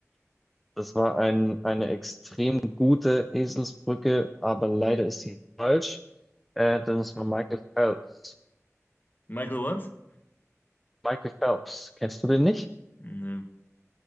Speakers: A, in the centre; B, on the left.
A: Das war ein, eine extrem gute Eselsbrücke, aber leider ist sie falsch, äh, denn es war Michael Phelps.
B: Michael What?
A: Michael Phelps, kennst du den nicht?
B: Nö.